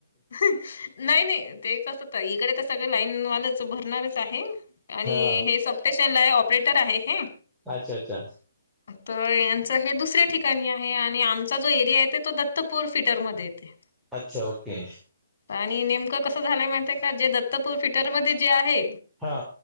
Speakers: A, on the left (about 55°); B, in the centre.
A: नाही नाही ते कसं ताई इकडे तर सगळ लाईनवालंच भरणारच आहे आणि
B: हा
A: हे सफ्टेशन ला ऑपरेटर आहे हे.
B: अच्छा अच्छा
A: तर यांचं हे दुसऱ्या ठिकाणी आहे, आणि आमचा जो एरिया येते तो दत्तपूर फिटरमध्ये येते.
B: अच्छा ओके
A: आणि नेमकं कसं झालंय माहिती का जे दत्तपूर फिटरमध्ये जे आहे
B: हा